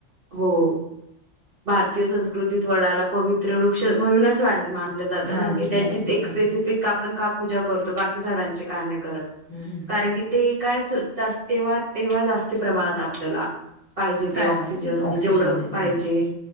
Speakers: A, on the right; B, on the left.
A: हो. भारतीय संस्कृतीत वडाला पवित्र वृक्ष म्हणूनच वान मान दिला जातो
B: मानलेलं
A: ना की त्याचीच
B: आहे हम्म
A: एक स्पेसिफिक आपण का पूजा करतो. बाकी झाडांची का नाही? करत
B: हम्म
A: कारण की ते काय तेव्हा, तेव्हा जास्त प्रमाणात आपल्याला पाहिजे
B: प्राणवायू
A: ते ऑक्सिजन.
B: देतो
A: म्हणजे
B: ऑक्सिजन
A: जेवढं
B: देतो
A: पाहिजे.